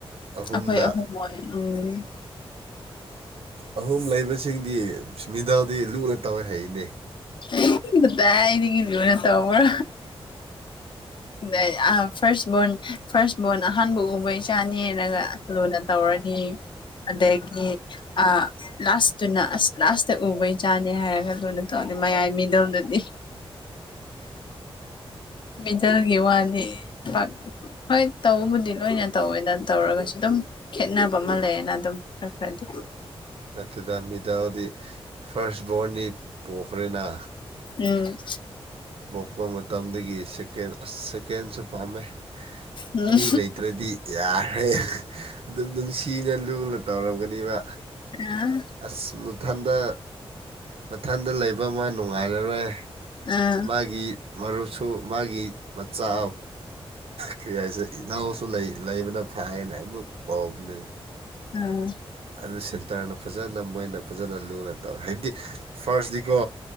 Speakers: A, on the right (about 70°); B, on the left (about 50°).
A: ꯑꯍꯨꯝꯗ
B: ꯑꯩꯈꯣꯏ ꯑꯍꯨꯝ ꯑꯣꯏ ꯎꯝ
A: ꯑꯍꯨꯝ ꯂꯩꯕꯁꯤꯡꯗꯤ ꯃꯤꯗꯜꯗꯤ ꯂꯨꯅ ꯇꯧꯋꯦ ꯍꯥꯏꯅꯦ꯫
B: ꯑꯩ ꯀꯗꯥꯏꯗꯒꯤ ꯂꯨꯅ ꯇꯧꯕ꯭ꯔꯥ ꯑꯗ ꯌꯥꯝ ꯐꯥꯔꯁ ꯕꯣꯔꯟ ꯐꯥꯔꯁ ꯕꯣꯔꯟ ꯑꯍꯥꯟꯕ ꯎꯕ ꯏꯆꯥꯅꯦꯅꯒ ꯂꯨꯅ ꯇꯧꯔꯅꯤ ꯑꯗꯒꯤ ꯑ ꯂꯥꯁꯇꯨꯅ ꯑꯁ ꯂꯥꯁꯇ ꯎꯕ ꯢꯆꯥꯅꯦ ꯍꯥꯏꯔꯒ ꯂꯨꯅ ꯇꯧ ꯃꯌꯥꯏ ꯃꯤꯗꯣꯝꯗꯗꯤ ꯃꯤꯗꯜꯒꯤ ꯋꯥꯗꯤ ꯄꯥꯛ ꯍꯣꯏ ꯇꯧꯕꯗꯤ ꯂꯣꯏꯅ ꯇꯧꯋꯦꯅ ꯇꯧꯔꯒꯁꯨ ꯑꯗꯨꯝ ꯈꯦꯠꯅꯕ ꯑꯃ ꯂꯩꯌꯦꯅ ꯑꯗꯨꯝ ꯈꯔ ꯈꯔꯗꯤ
A: ꯅꯠꯇꯗ ꯃꯤꯗꯥꯗꯤ ꯐꯥꯔꯁ ꯕꯣꯔꯅꯤ ꯄꯣꯛꯈ꯭ꯔꯦꯅ
B: ꯎꯝ
A: ꯄꯣꯛꯄ ꯃꯇꯝꯗꯒꯤ ꯁꯦꯀꯦꯟ ꯑꯁ ꯁꯦꯀꯦꯟꯁꯨ ꯄꯥꯝꯃꯦ꯫
B: ꯎꯝ
A: ꯑꯅꯤ ꯂꯩꯇ꯭ꯔꯗꯤ ꯌꯥꯔꯦ ꯑꯗꯨꯝ ꯅꯨꯡꯁꯤ꯫ ꯀꯤꯅ ꯂꯨꯅ ꯇꯧꯔꯝꯒꯅꯤꯕ
B: ꯑꯥ
A: ꯑꯁ ꯃꯊꯟꯗ ꯃꯊꯟꯗ ꯂꯩꯕ ꯑꯃ ꯅꯨꯡꯉꯥꯏꯔꯔꯣꯏ
B: ꯑꯥ
A: ꯃꯥꯒꯤ ꯃꯔꯨꯞꯁꯨ ꯃꯥꯒꯤ ꯃꯆꯥ ꯀꯔꯤ ꯍꯥꯏꯁꯦ ꯏꯅꯥꯎꯁꯨ ꯂꯩꯕꯅ ꯐꯥꯏꯅ ꯑꯩꯃꯛ ꯄꯥꯎꯕꯅꯤꯅ꯫
B: ꯎꯝ
A: ꯑꯗꯨ ꯁꯦꯟꯇꯔꯅ ꯐꯖꯅ ꯃꯣꯏꯅ ꯐꯖꯅ ꯂꯨꯅ ꯇꯧꯋꯤ ꯍꯥꯏꯕꯗꯤ ꯐꯥꯔꯁꯗꯤꯀꯣ